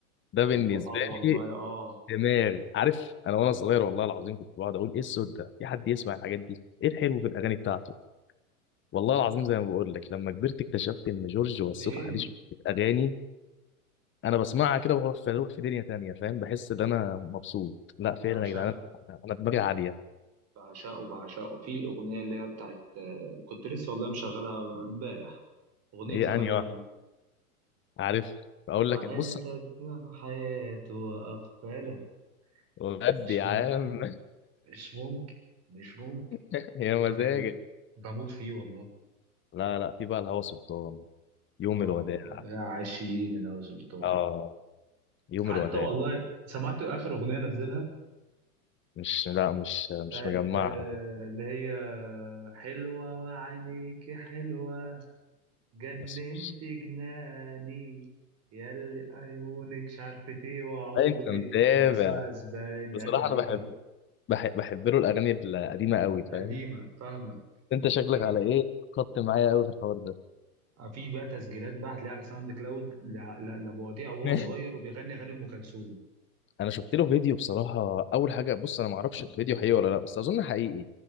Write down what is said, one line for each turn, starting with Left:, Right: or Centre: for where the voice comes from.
Left: ده
Right: والله
Left: بالنسبه
Right: اه والله
Left: لي
Right: اه
Left: دماغي عارف انا وانا صغير والله العظيم كنت بقعد اقول ايه الصوت ده في حد يسمع الحاجات دي ايه الحلو في الاغاني بتاعته والله العظيم زي ما بقول لك لما كبرت اكتشفت ان جورج وسوف
Right: فهم
Left: عليه شويه اغاني انا بسمعها كده بروح في بروح في دنيا تانية فاهم بحس ان انا مبسوط لا فعلا
Right: بعشقه
Left: يا جدعان انا أنا دماغي عاليه
Right: بعشقه بعشقه في الاغنيه اللي هي بتاعت آه، كنت لسه والله مشغلها امبارح اغنيه
Left: ايه
Right: يا مريم
Left: انهي واحد عارف اقول لك
Right: عادت
Left: بص
Right: حياته وأقبلت
Left: بجد
Right: يعني مش
Left: يا
Right: ممكن
Left: عم
Right: مش ممكن مش ممكن
Left: <laughs> يا مزاجك
Right: راجل بموت فيه والله
Left: لا لا في بقى الهوى سلطان يوم
Right: اه
Left: الوداع
Right: يا عشرين لو سلطان
Left: اه يوم
Right: حتى
Left: الوداع
Right: والله سمعت آخر أغنية نزلها
Left: مش لا مش
Right: بتاعت
Left: مش مجمعها
Right: آه،
Left: دي
Right: اللي هي حلوة وعينيكي حلوة جننت
Left: بس
Right: جناني ياللي عيونك مش عارفة ايه وعودك
Left: انت متابع
Right: رأس أسبان
Left: بصراحه
Right: عيب عليك
Left: انا بحب
Right: يا أبو
Left: بحب, بحب له الاغاني القديمه قوي
Right: القديمة
Left: فاهم
Right: فاهمك
Left: انت شكلك
Right: في بقى
Left: على ايه خدت معايا قوي في الحوار ده
Right: في بقى تسجيلات بقى هتلاقيها على ساوند كلاود ل- ل- لابو وديع وهو
Left: <laughs>
Right: صغير وبيغني اغاني ام كلثوم
Left: انا شفت له فيديو بصراحه اول حاجه بص انا ما اعرفش الفيديو حقيقي ولا لا بس اظن حقيقي